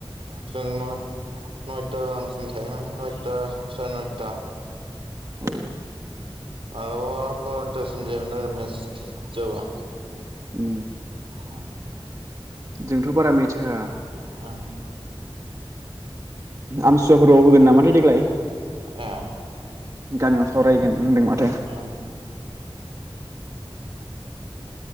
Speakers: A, on the right; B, on the right.
A: जों न नयता गाहामसिम थायोमोन नयथा साराय नयता
B: औ
A: मालाबा बार'तासिम जायोमोन आरो मेच गिदिर जाबा।
B: उम
A: हम।
B: जोंथ' बारा मेथ्च होआ।
A: उम
B: आमथिसुवाफोराव होगोन नामाथाय देग्लाय।
A: ए।
B: गामियाव सावरायगोन। होनदों माथो
A: उम